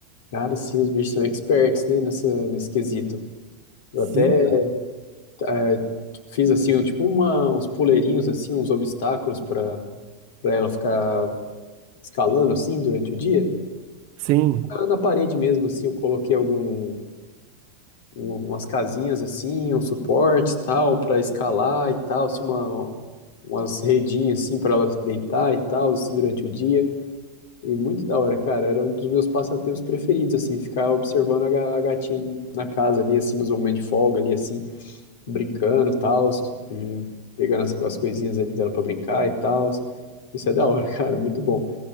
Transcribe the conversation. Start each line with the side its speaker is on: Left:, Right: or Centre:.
Left: Cara, sim, os bichos são experts, né, nessa, nesse quesito. Eu até
Right: Sim, cara.
Left: eh, fiz, assim, um, tipo uma, uns puleirinhos, assim, uns obstáculos para para ela ficar escalando, assim, durante o dia.
Right: Sim.
Left: Na, na parede mesmo, assim, eu coloquei algum, um- umas casinhas, assim, um suporte, tal, para escalar e tal, assim, uma, umas redinhas, assim, para ela deitar e tal, assim, durante o dia. E muito da hora, cara. Era um dos meus passatempos preferidos, assim, ficar observando a ga- a gatinha na casa ali, assim, nos momentos de folga ali, assim, brincando e tal, e pegando as, as coisinhas ali dela pra brincar e tal. Isso é da hora, <laughs> cara, muito bom.